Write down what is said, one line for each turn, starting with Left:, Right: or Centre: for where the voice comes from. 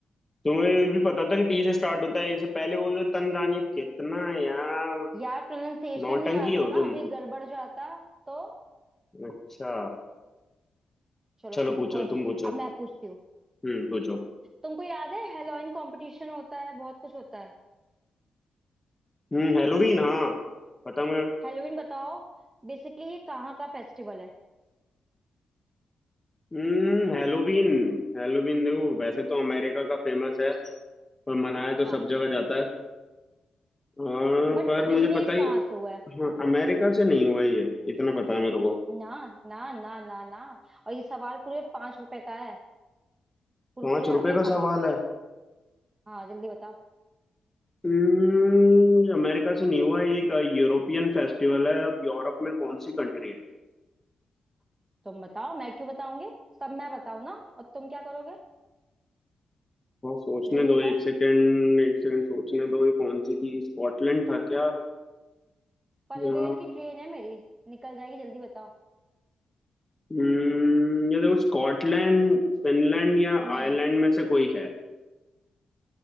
Left: तुम्हें भी पता था कि टी से स्टार्ट होता है इससे पहले बोल रहे तंजानिया कितना है यार
Right: यार प्रोनाउंसिएशन
Left: नौटंकी
Right: नहीं आता
Left: हो
Right: ना
Left: तुम
Right: अभी गड़बड़ जाता तो
Left: अच्छा
Right: चलो
Left: चलो
Right: ठीक
Left: पूछो
Right: है कोई नहीं
Left: तुम पूछो
Right: अब मैं पूछती हूँ
Left: हम्म पूछो
Right: तुमको याद है हेलोइन कंपटीशन होता है बहुत कुछ होता है
Left: हम्म हेलोवीन हाँ पता मुझे।
Right: हेलोइन बताओ बेसिकली ये कहाँ का फेस्टिवल है
Left: हम्म हेलोवीन हेलोवीन देखो वैसे तो अमेरिका का फेमस है और मनाया तो
Right: हाँ
Left: सब जगह जाता है हाँ,
Right: बट
Left: पर
Right: ओरिजिनेट
Left: मुझे पता ही
Right: कहाँ से हुआ है
Left: हाँ अमेरिका से नहीं हुआ ये इतना पता है मेरे को
Right: ना ना ना ना ना और ये सवाल पूरे पांच रुपए का है कुरकुरे
Left: पाँच रुपए
Right: आते
Left: का
Right: हैं पांच
Left: सवाल
Right: रुपए
Left: है
Right: के हाँ जल्दी बताओ
Left: हम्म ये अमेरिका से नहीं हुआ है ये एक यूरोपियन फेस्टिवल है अब यूरोप में कौन सी कंट्री है
Right: तुम बताओ मैं क्यों बताऊंगी सब मैं बताऊं ना और तुम क्या करोगे
Left: हाँ सोचने
Right: जल्दी
Left: दो
Right: बताओ
Left: एक सेकेंड एक सेकेंड सोचने दो ये कौन सी थी स्कॉटलैंड था क्या
Right: पलवेर
Left: या
Right: की ट्रेन है मेरी निकल जाएगी जल्दी बताओ
Left: हम्म ये देखो स्कॉटलैंड फिनलैंड या
Right: नहीं
Left: आयरलैंड में से कोई है